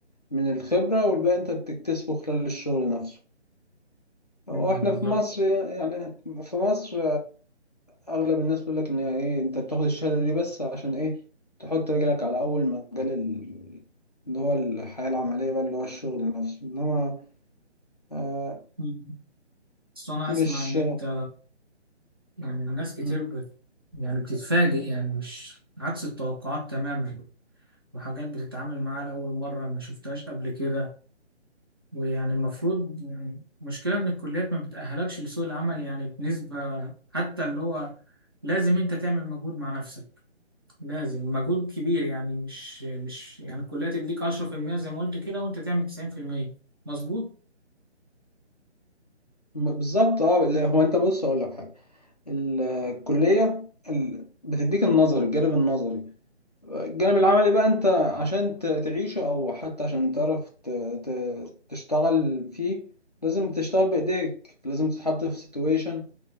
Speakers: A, on the left (about 35°); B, on the right (about 20°).
A: من الخبرة والباقي أنت بتكتسبه خلال الشغل نفسه وإحنا
B: مم، بالظبط
A: في مصر يعني في مصر اغلب الناس بيقول لك ان هي ايه انت بتاخد الشهاده دي بس عشان ايه تحط رجلك على اول مجال ال- اللي هو الحياه العمليه بقى اللي هو الشغل نفسه انما آه
B: مم. بس انا
A: مش
B: اسمع ان انت يعني الناس كتير
A: مم.
B: بت... يعني بتتفاجئ يعني مش عكس التوقعات تماما وحاجات بتتعامل معاها لأول مرة ما شفتهاش قبل كده ويعني المفروض يعني المشكلة إن الكليات ما بتأهلكش لسوق العمل يعني بنسبة حتى اللي هو لازم أنت تعمل مجهود مع نفسك لازم مجهود كبير يعني مش مش يعني الكلية تديك 10% زي ما قلت كده وأنت تعمل 90% مظبوط؟
A: بالظبط اه لا، هو انت بص اقول لك حاجه ال- الكليه ال- بتديك النظري الجانب النظري الجانب العملي بقى انت عشان ت- تعيشه او حتى عشان تعرف ت- ت- تشتغل فيه لازم تشتغل بايديك لازم تتحط في سيتويشن